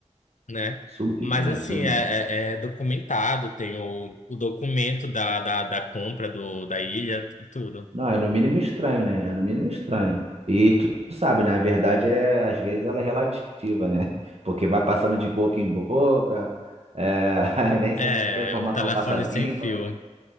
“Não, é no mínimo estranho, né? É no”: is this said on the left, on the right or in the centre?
Right